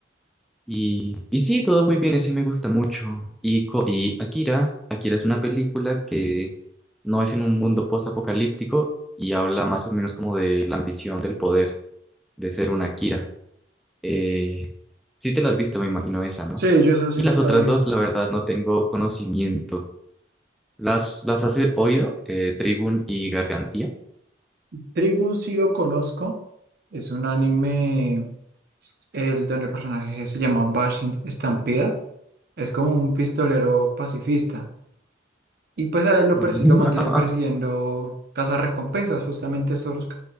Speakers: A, in the centre; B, on the right.
A: Y, y sí, todo muy bien, ese me gusta mucho. Y, co- y Akira, Akira es una película que no es en un mundo post-apocalíptico y habla más o menos como de la ambición del poder, de ser un Akira. Eh, sí te la has visto, me imagino esa, ¿no?
B: Sí, yo esa sí
A: Y
B: me
A: las
B: la
A: otras
B: vi.
A: dos, la verdad, no tengo conocimiento. ¿Las, las has oído? Eh, Trigun y Gargantía.
B: Trade Blue sí lo conozco. Es un anime el, donde el personaje se llama Bashin Estampida. Es como un pistolero pacifista. Y pues a él lo,
A: <laughs>
B: persi- lo mantienen persiguiendo recompensas Justamente esos